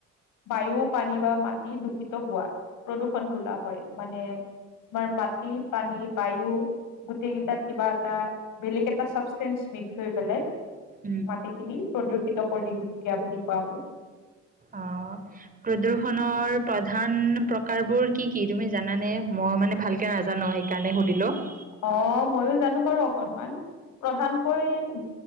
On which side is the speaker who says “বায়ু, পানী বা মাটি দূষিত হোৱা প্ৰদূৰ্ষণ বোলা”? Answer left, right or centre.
Left